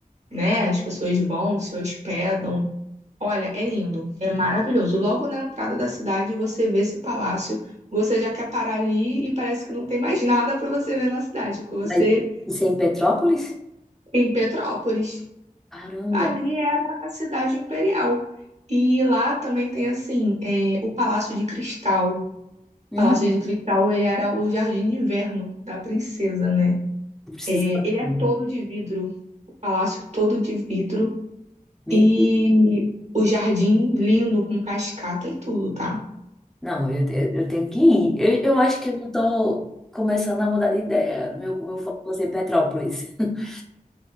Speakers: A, on the right; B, in the centre.
A: né? As pessoas vão, se hospedam. Olha, é lindo, é maravilhoso. Logo na entrada da cidade você vê esse palácio, você já quer parar ali e parece que não tem mais nada para você ver na cidade, porque você
B: Mas isso é em Petrópolis?
A: é em Petrópolis.
B: Caramba.
A: Ali era a cidade imperial. E lá também tem, assim, é, o Palácio de Cristal. O
B: Hum,
A: Palácio de Cristal, ele era o jardim de inverno da princesa, né?
B: eu preciso.
A: É,
B: ir agora.
A: ele é todo de vidro, o palácio todo de vidro.
B: Mentira.
A: E o jardim lindo, com cascata e tudo, tá?
B: Não, eu, eu, eu tenho que ir. Eu, eu acho que eu já tô começando a mudar de ideia. Meu, meu foco vai ser Petrópolis. <laughs>